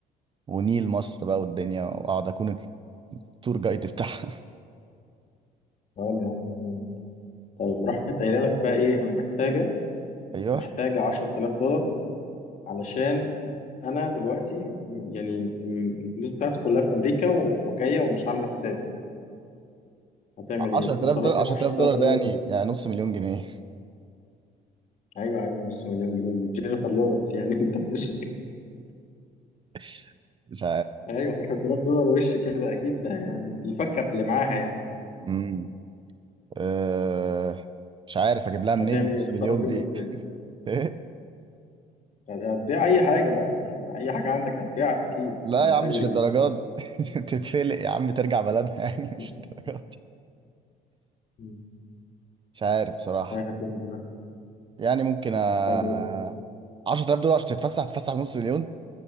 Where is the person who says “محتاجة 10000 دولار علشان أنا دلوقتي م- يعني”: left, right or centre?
Left